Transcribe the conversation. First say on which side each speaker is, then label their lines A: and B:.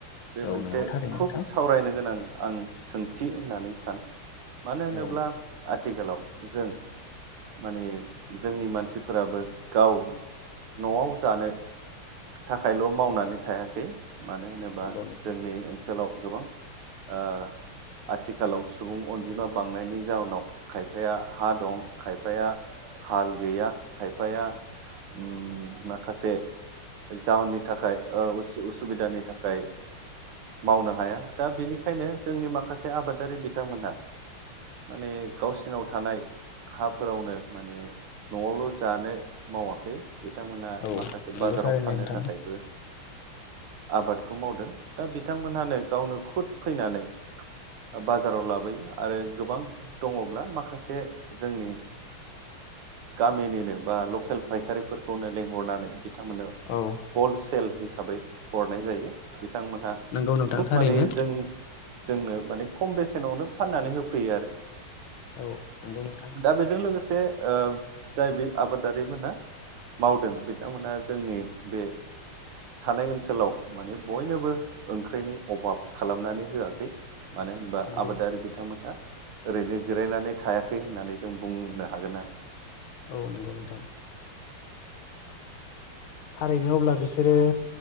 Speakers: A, on the right; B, on the left.
A: बे
B: औ
A: मोनसे
B: नंगौ थारैनो
A: खुब
B: नोंथां
A: सावरायनो गोनां आं सोंथि होननानै सानो मानो होनोब्ला
B: औ
A: आथिखालाव जों माने जोंनि मानसिफोराबो गाव न'आव जानो थाखायल' मावनानै थायाखै मानो होनोब्ला
B: नंगौ नोंथां
A: जोंनि ओ ओनसोलाव गोबां ओ आथिखालाव सुबुं अनजिमा बांनायनि जाउनाव खायफाया हा दं खायफाया हाल गैया खायफाया ओम माखासे से जाउननि थाखाय ओ असु-उसुबिदानि थाखाय मावनो हाया दा बेनिखायनो जोंनि माखासे आबादारि बिथांमोनहा माने गावसिनाव थानाय हाफोरावनो माने न'आवल' जानो मावाखै बिथांमोन
B: औ
A: माखासे
B: नंगौ
A: बाजाराव
B: थारैनो
A: फाननो
B: नोंथां
A: थाखायबो आबादखौ मावदों दा बिथांमोनहानो गावनो खुद फैनानै बाजाराव लाबोयो आरो गोबां दङब्ला माखासे जोंनि गामिनिनो बा लकेल फायखारिफोरखौनो लेंंहरनानै बिथांमोननो
B: औ
A: हलसेल हिसाबै हरनाय जायो। बिथांमोनहा
B: नंगौ नोंथां
A: खुब
B: थारैनो
A: माने जों जोंनो माने खम बेसेनावनो फाननानै होफैयो आरो।
B: औ नंगौ नोंथां।
A: दा बेजों लोगोसे जाय बे आबादारिमोनहा मावदों बिथांमोना जोंनि बे थानाय ओनसोलाव माने बयनोबो ओंख्रिनि अभाब खालामनानै होआखै मानो होनबा
B: नंगौ
A: आबादारि बिथांमोनहा ओरैनो जिरायनानै थायाखै होननानै जों बुंनो हागोन आरो।
B: औ नंगौ नोंथां थारैनो अब्ला बिसोरो